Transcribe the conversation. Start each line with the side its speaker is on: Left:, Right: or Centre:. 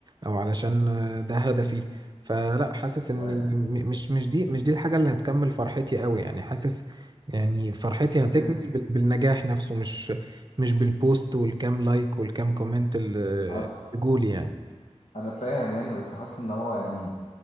Right: او علشان آه، ده هدفي فلا حاسس اني
Left: ايوه
Right: م- مش مش دي مش دي الحاجة اللي هتكمل فرحتي قوي يعني حاسس يعني فرحتي هتكمل
Left: <laughs>
Right: بال- بالنجاح نفسه مش مش بالبوست والكام لايك والكام كومنت اللي
Left: حصل
Right: جولي يعني
Left: انا فاهم يعني بس حاسس ان هو يعني